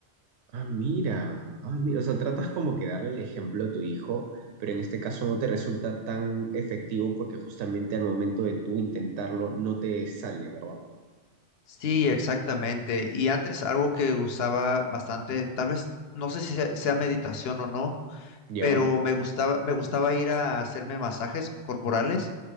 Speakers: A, on the right; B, on the left.
A: Ah, mira. Ah, mira. O sea, tratas como que darle el ejemplo a tu hijo, pero en este caso no te resulta tan efectivo porque justamente al momento de tú intentarlo no te sale, ¿verdad?
B: Sí, exactamente. Y antes algo que usaba bastante, tal vez no sé si sea, sea meditación o no,
A: ¿Ya?
B: pero me gustaba me gustaba ir a hacerme masajes corporales